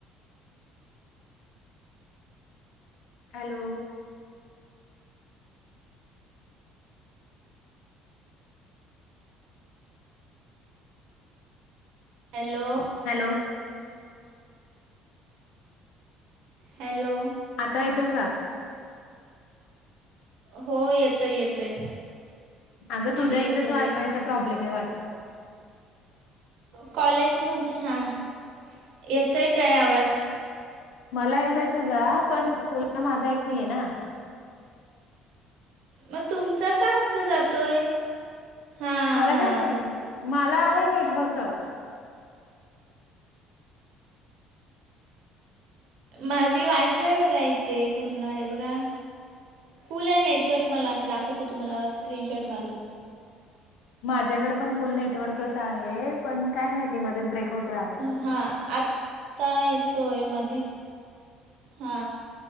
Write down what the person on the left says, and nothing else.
Hello.
Hello.
आता येतोय का?
अगं तुझ्या
इथंच वायफायचा प्रॉब्लेम आहे वाटत.
मला येतोय तुझा पण तुला माझा येत नाहीय ना.
मला
काय नाही मला आहे नेटवर्क.
माझ्याकडे पण फुल नेटवर्कच आहे पण काय माहिती मध्येच ब्रेक होतोय आवाज.